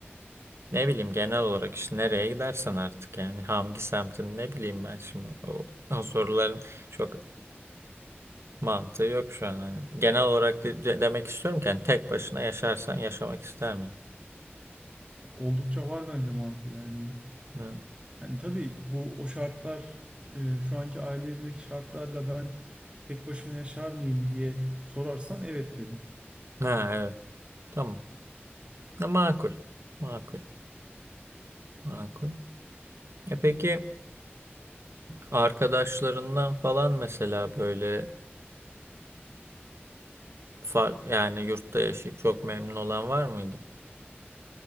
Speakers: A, on the right; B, on the right.
A: Ne bileyim genel olarak işte nereye gidersen artık yani hangi semtin ne bileyim ben şimdi o, o soruların çok mantığı yok şu an. hani. Genel olarak de- de- demek istiyorum ki hani tek başına yaşarsan yaşamak ister miydin?
B: Oldukça var bence mantığı yani.
A: Ha.
B: Yani tabii bu o şartlar e, şu anki aile evimdeki şartlarla ben tek başıma yaşar mıyım diye sorarsan evet derim.
A: Ha, evet tamam. Ha, makul. Makul. Makul. E peki arkadaşlarından falan mesela böyle Far, yani yurtta yaşayıp çok memnun olan var mıydı?